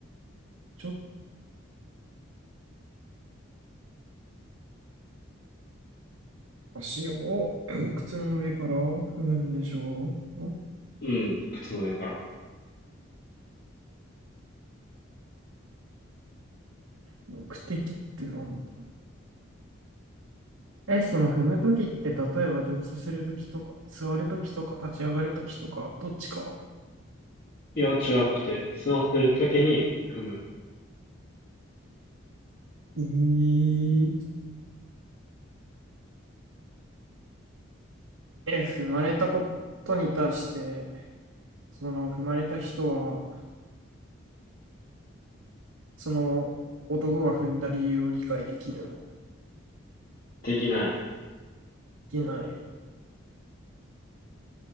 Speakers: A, on the right (about 85°); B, on the left (about 50°).
A: ちょっと足をうん靴の上から踏むんでしょう。
B: うん、靴の上から。
A: 目的ってなんだろう。え、その踏むときって、例えば乗車するときとか、座るときとか、立ち上がるときとか、どっちか。
B: いや、違くて。座ってる時に踏む。
A: えーえ、踏まれたことに対して、その踏まれた人は、その男が踏んだ理由を理解できるの
B: できない。
A: できない。